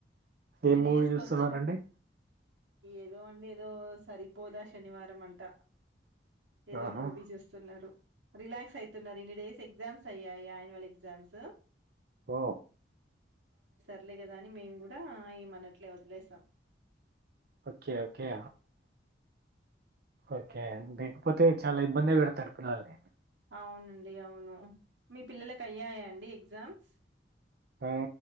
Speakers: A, on the right; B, on the right.
A: ఇన్ని
B: ఏం
A: డేస్
B: మూవీ చూస్తున్నారండి
A: కొంచెం ఏదో అండి ఏదో సరిపోదా శనివారం అంట ఏదో
B: ఆహా
A: మూవీ చూస్తున్నారు రిలాక్స్ అయితున్నారు ఇన్ని డేస్ ఎగ్జామ్స్ అయ్యాయి ఆయాన్యువల్ ఎగ్జామ్స్
B: ఓ
A: ర్లే కదా అని మేము కూడా ఏమన్నట్లే వదిలేసాం
B: ఓకే ఓకే ఓకె లేకపోతే చాలా ఇబ్బంది పెడతారు పిల్లల్ని
A: అవునండి అవును మీ పిల్లలకు అయ్యాయా అండి ఎగ్జామ్స్
B: ఆ